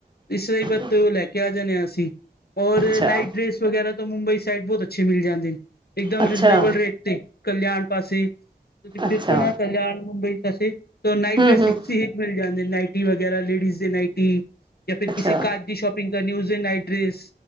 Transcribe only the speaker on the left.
ਇਸ ਵਾਰੀ ਬਤ
ਉਹ ਲੈ ਕੇ ਆ ਜਾਂਨੇ ਆ ਅਸੀ ਔਰ
ਨਾਈਟ ਡ੍ਰੈਸ ਵਗੈਰਾ ਤੋ ਮੁੰਬਈ ਸਾਈਡ ਬੋਤ ਅੱਛੇ ਮਿਲ ਜਾਂਦੇ ਨੇ, ਇਕਦਮ
ਰੀਜਨੇਬਲ ਰੇਟ ਤੇ, ਕਲਿਆਣ ਪਾਸੀ। ਤੁਸੀ
ਫਿਰਸੋ ਨਾ ਕਲਿਆਣ ਮੁੰਬਈ ਪਾਸੇ? ਤੋ ਨਾਈਟ
ਡ੍ਰੈਸ
ਸਿਕਸੀ ਹਿਟ ਮਿਲ ਜਾਂਦੇ, ਨਾਈਟੀ ਵਗੈਰਾ ਲੇਡੀਜ ਦੇ ਨਾਈਟੀ ਯਾਂ ਫਿਰ
ਕਿਸੀ ਕਾਰਟ ਦੀ ਸ਼ੋਪਿੰਗ ਕਰਨੀ ਓਸਦੇ ਨਾਈਟ ਡ੍ਰੈਸ